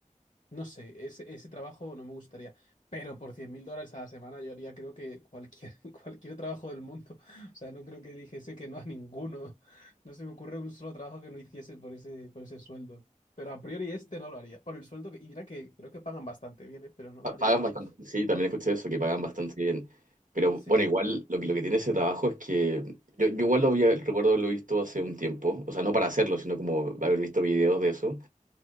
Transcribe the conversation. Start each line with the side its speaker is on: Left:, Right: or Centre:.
Left: No sé, ese, ese trabajo no me gustaría. Pero por cien mil dólares a la semana yo haría creo que cualquier, <laughs> cualquier trabajo del mundo. O sea, no creo que dijese que no a ninguno. No se me ocurre un solo trabajo que no hiciese por ese, por ese sueldo. Pero a priori este no lo haría. Por el sueldo que... Y mira que creo que pagan bastante bien, ¿eh? Pero no
Right: Pa-
Left: lo haría.
Right: Pagan bastante, sí, también escuché eso, que pagan bastante
Left: Sí,
Right: bien. Pero
Left: sí,
Right: bueno, igual lo que, lo que tiene ese trabajo es que yo, yo igual lo había, recuerdo haberlo visto hace un tiempo, o sea, no para hacerlo, sino como haber visto videos de eso.